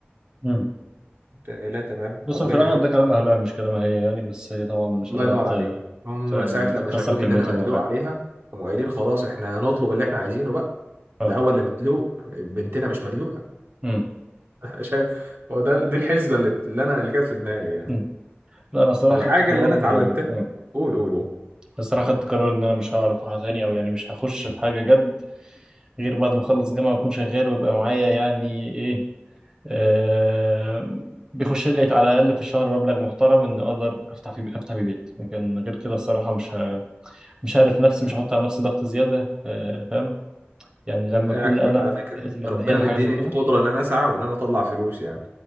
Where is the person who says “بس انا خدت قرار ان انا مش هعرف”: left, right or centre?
Right